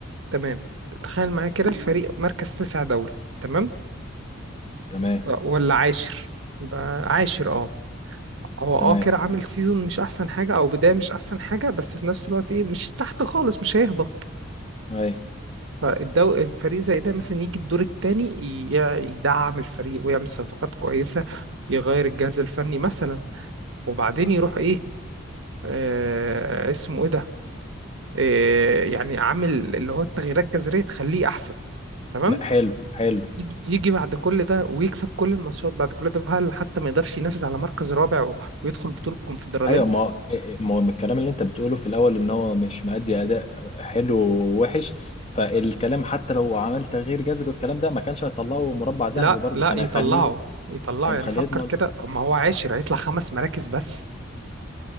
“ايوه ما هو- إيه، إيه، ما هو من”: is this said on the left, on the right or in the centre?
Left